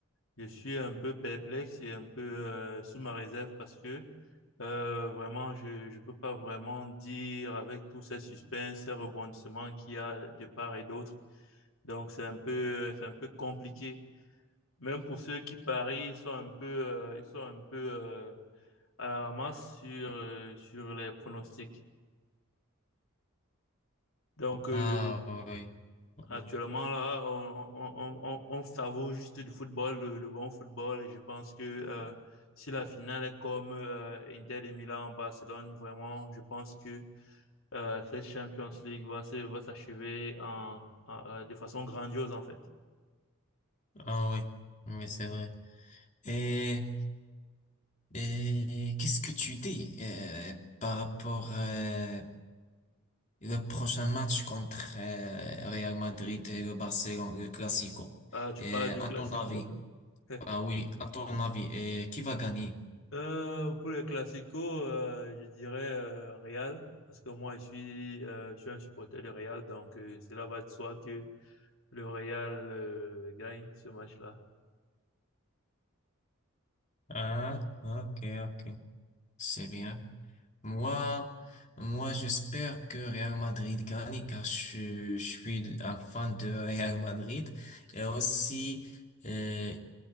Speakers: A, on the left; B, on the left.
A: Je suis un peu perplexe et un peu euh, sous ma réserve parce que euh, vraiment, je ne peux pas vraiment dire avec tous ces suspens, ces rebondissements qu'il y a de part et d'autre. Donc, c'est un peu, euh, c'est un peu compliqué. Même pour ceux qui parient, ils sont un peu, euh, ils sont un peu euh, à la ramasse sur, euh, sur les pronostics. Donc, euh,
B: Ah oui, ah
A: Actuellement, là, on, on, on, on on savoure juste du football, le, le bon football. Et je pense que euh, si la finale est comme euh, Inter de Milan Barcelone, vraiment, je pense que euh, cette Champions League va se, va s'achever en, en- euh, de façon grandiose, en fait.
B: oui, Ah oui, c'est vrai. Et, et qu'est-ce que tu dis euh, par rapport euh, le prochain match contre euh, Real Madrid et le Barcelone, le Classico?
A: Euh, tu
B: Et
A: parles du
B: à
A: Classico.
B: ton avis,
A: <laughs>
B: ah oui, à ton avis, euh, qui va gagner?
A: Euh, pour les classicos, euh, je dirais euh, Real, parce que moi je suis, euh, je suis un supporter de Real, donc euh, cela va de soi que le Real euh, gagne ce match-là.
B: Ah, ok, ok. C'est bien. Moi, moi, j'espère que Real Madrid gagne car je, je suis un fan de Real Madrid. Et aussi, euh,